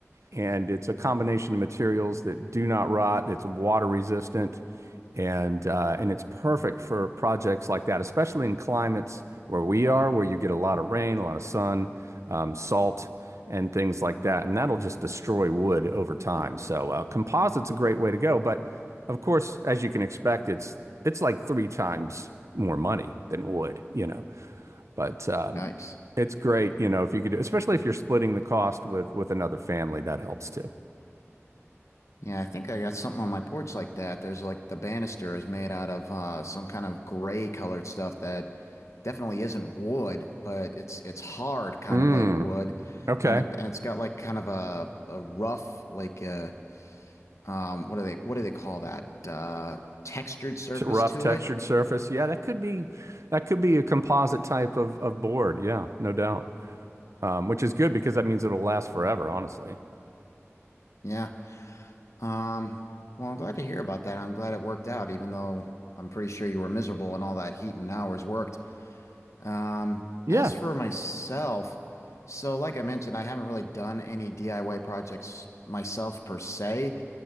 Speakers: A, on the right; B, on the left.
A: and it's a combination of materials that do not rot. It's water resistant, and uh, and it's perfect for projects like that, especially in climates where we are, where you get a lot of rain, a lot of sun, um, salt, and things like that, and that'll just destroy wood over time. So uh, composite's a great way to go, but of course, as you can expect, it's it's like three times more money than wood, you know. But um,
B: Yikes.
A: it's great, you know, if you could do, especially if you're splitting the cost with with another family, that helps too.
B: Yeah, I think I got something on my porch like that. There's like the banister is made out of uh, some kind of gray colored stuff that definitely isn't wood, but it's it's hard, kind
A: Mm,
B: of like wood,
A: okay.
B: and it and it's got like kind of a a rough like uh um what do they what do they call that uh textured surface
A: T- rough
B: to
A: textured
B: it?
A: surface. Yeah, that could be that could be a composite type of of board. Yeah, no doubt. Um, which is good because that means it'll last forever, honestly.
B: Yeah. Um. Well, I'm glad to hear about that. I'm glad it worked out, even though I'm pretty sure you were miserable and all that heat and hours worked. Um,
A: Yeah,
B: as for myself, so like I mentioned, I haven't really done any DIY projects myself per se,